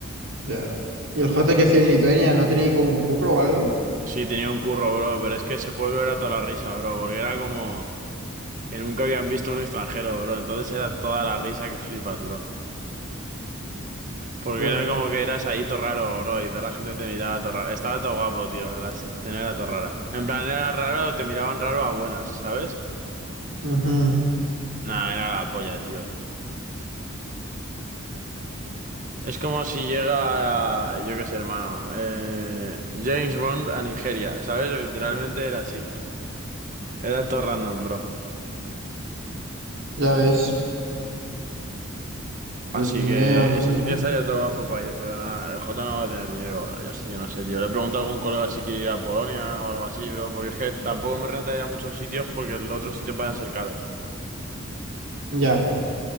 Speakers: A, on the right; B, on the right.
A: Ya. ¿Y el J que hacía en Lituania? ¿No tenía ahí como un curro o algo?
B: Sí, tenía un curro, bro, pero es que ese pueblo era toda la risa, bro, porque era como que nunca habían visto un extranjero, bro. Entonces era toda la risa que flipas, bro. Porque
A: Joder.
B: era como que eras ahí todo raro, bro, y toda la gente te miraba todo raro. Estaba todo guapo, tío, la sensación era todo rara. En plan, era raro, te miraban raro a buenas, ¿sabes?
A: Ujú.
B: Nah, era la polla, tío. Es como si llega, yo qué sé, hermano, eh, James Bond a Nigeria, ¿sabes? Literalmente era así. Era todo random, bro.
A: Ya ves. Pues
B: Así
A: ni
B: que
A: idea, bro.
B: ese sitio estaría todo guapo para ir, pero nada, el J no va a tener dinero. Yo, sí, yo no sé, tío. Le he preguntado a algún colega si quiere ir a Polonia o algo así, bro, porque es que tampoco me renta ir a muchos sitios porque los otros sitios van a ser caros.
A: Ya.